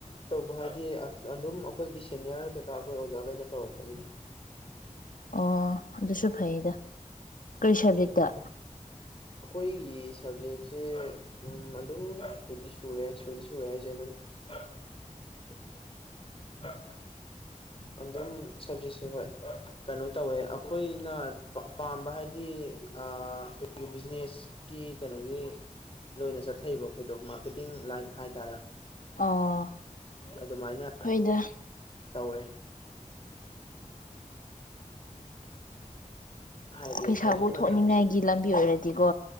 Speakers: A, on the left (about 45°); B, on the left (about 80°).
A: ꯇꯧꯕ ꯍꯥꯏꯗꯤ ꯑꯗꯨꯝ ꯑꯩꯈꯣꯏꯒꯤ ꯁꯦꯅꯤꯌꯔ ꯀꯩꯀꯥ ꯑꯩꯈꯣꯏ ꯑꯣꯖꯥꯈꯩꯅ ꯇꯧꯔꯛ ꯄꯗ
B: ꯑꯣ ꯑꯗꯨꯁꯨ ꯐꯩꯗ ꯀꯔꯤ ꯁꯕꯖꯦꯛꯇ
A: ꯎꯝ ꯀꯣꯏ ꯁꯕꯖꯦꯛꯁꯦ ꯎꯝ ꯑꯗꯨꯝ ꯁꯨꯗꯤ ꯁꯨꯔꯦ ꯁꯨꯗꯤ ꯁꯨꯔꯦ ꯍꯥꯏꯁꯦ ꯑꯗꯨꯝ <unintelligible> ꯑꯗꯨꯝ ꯁꯕꯖꯦꯛꯁꯦ ꯍꯣꯏ ꯀꯩꯅꯣ ꯇꯧꯋꯦ ꯑꯩꯈꯣꯏꯅ ꯄꯥꯝꯕ ꯍꯥꯏꯗꯤ ꯑ ꯑꯩꯈꯣꯏꯒꯤ ꯕꯤꯖꯤꯅꯦꯁꯀꯤ ꯀꯩꯅꯣꯒꯤ ꯂꯣꯏꯅ ꯆꯠꯊꯩꯑꯕ ꯑꯩꯈꯣꯏꯗꯣ ꯃꯥꯔꯀꯦꯇꯤꯡ ꯂꯥꯏꯟ ꯍꯥꯏꯇꯥꯔꯦ
B: ꯑꯣ
A: ꯑꯗꯨꯃꯥꯏꯅ
B: ꯍꯣꯏꯗ
A: ꯇꯧꯋꯦ ꯍꯥꯏꯗꯤ
B: ꯄꯩꯁꯥꯕꯨ
A: ꯍꯧꯖꯤꯛ ꯃꯇꯝꯁꯤ
B: ꯊꯣꯛꯅꯤꯡꯉꯥꯏꯒꯤ ꯂꯝꯕꯤ ꯑꯣꯏꯔꯗꯤꯀꯣ